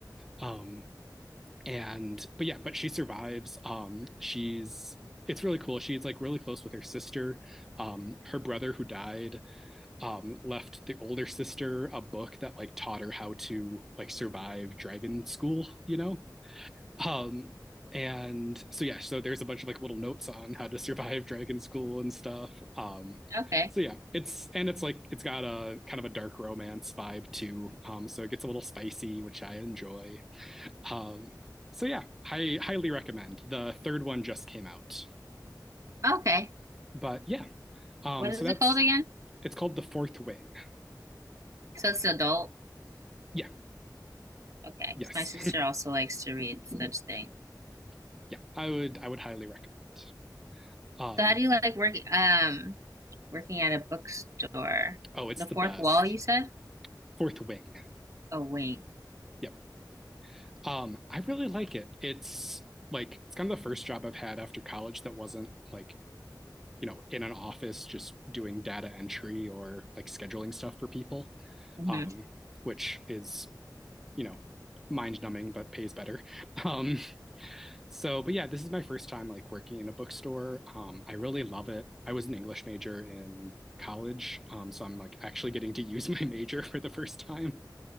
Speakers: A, in the centre; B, on the right.
A: Um, and but yeah, but she survives. Um, she's it's really cool. She's like really close with her sister. Um, her brother who died um, left the older sister a book that like taught her how to like survive dragon school, you know? Um, and so yeah, so there's a bunch of like little notes on how to survive <laughs> Dragon School and stuff. Um,
B: Okay.
A: so yeah, it's and it's like it's got a kind of a dark romance vibe too. Um, so it gets a little spicy, which I enjoy. Um, so yeah, I highly recommend. The third one just came out,
B: Okay.
A: but yeah, um,
B: What
A: so
B: is
A: that's
B: it called again?
A: it's called The Fourth Wing.
B: So it's adult.
A: Yeah,
B: Okay.
A: yes,
B: My sister also likes to read such things.
A: <laughs> yeah, I would I would highly recommend. Um,
B: So how do you like working um working at a bookstore.
A: oh, it's
B: The
A: the
B: fourth
A: best.
B: wall, you said?
A: Fourth Wing.
B: A wing.
A: Yep. Um, I really like it. It's like it's kind of the first job I've had after college that wasn't like, you know, in an office just doing data entry or like scheduling stuff for people,
B: hmm
A: um, which is, you know, mind numbing but pays better. <laughs> Um, so, but yeah, this is my first time like working in a bookstore. Um, I really love it. I was an English major in college, um, so I'm like actually getting to use <laughs> my major for the first time.